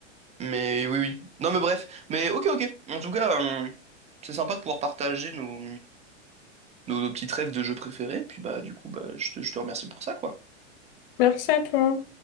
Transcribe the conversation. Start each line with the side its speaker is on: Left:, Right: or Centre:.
Right: mais oui, oui. Non, mais bref. Mais ok, ok. En tout cas, euh, c'est sympa de pouvoir partager nos, nos, nos petits rêves de jeux préférés. Puis bah, du coup, bah, je te, je te remercie pour ça, quoi.
Left: Merci à toi.